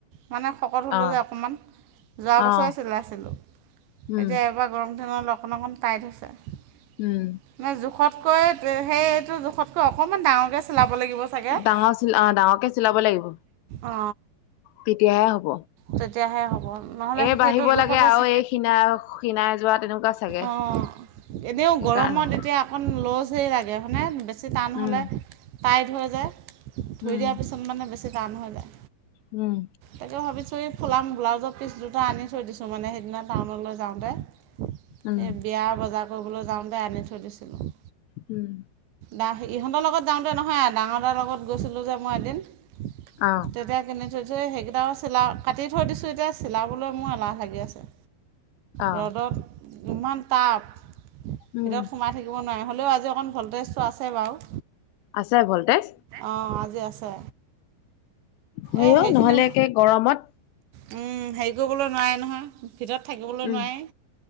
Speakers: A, on the right; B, on the left.
A: মানে শকত হ'লোঁ
B: অ',
A: যে অকণমান যোৱা
B: অ',
A: বছৰে চিলাইছিলোঁ
B: উম,
A: এতিয়া এবাৰ গৰম দিনত অকণ অকণ টাইট হৈছে মানে
B: উম।
A: জোখতকৈ সেইটো জোখতকৈ অকমান ডাঙৰকে চাব লাগিব চাগোঙ
B: ডাঙৰ চিল অ' ডাঙৰকে চিলাব লাগিব।
A: অ
B: তেতিয়াহে হ'ব
A: তেতিয়াহে হ'ব নহ'লে
B: এ
A: সেইটো
B: বাঢ়িব
A: জোখতে
B: লাগে আৰু সীনাাই শীণাই যোৱা তেনেকুৱা চাগে সেইকাৰণে
A: অঁ এনেও গৰমত এতিয়া অকণ ল'জ হেৰি লাগে মানে বেছি টান হ'লে
B: উম।
A: টাইট হৈ যায় ধুই
B: উম,
A: দিয়াৰ পিছত মানে বেছি টান হৈ যায়
B: উম
A: তাকে ভাবিছোঁ এই ফুলাম ব্লাউজৰ পিছ দুটা আনি থৈ দিছোঁ মানে সেইদিনা টাউনলৈ যাওঁতে এই
B: উম,
A: বিয়া বজাৰ কৰিবলৈ যাওঁতে আনি থৈ দিছিলোঁ
B: উম
A: দা ইহঁতৰ লগত যাওঁতে নহয় ডাঙৰ দাৰ লগত গৈছিলোঁ যে মই এদিন ত
B: আহ,
A: বে কেনে য সেইকেইটা চিলা কাটি থৈ দিছোঁ এতিয়া চিলাবলৈ মোৰ এলাহ লাগি আছে
B: আহ,
A: ৰ'দত ইমান টাব ভিতৰত
B: উম,
A: সোমাই থাক দ নোৱাৰে হ'লেও আজি অকণ ভলটেজটো আছে বাৰু
B: আছে ভল্টেজ
A: অঁ আজি আছে
B: হয়
A: এই সেইখিনি
B: অ নহলে একে গৰমত
A: হেৰি কৰিবলৈ নোৱাৰে নহয় ভিতৰত থাকিবলৈ
B: উম,
A: নোৱাৰি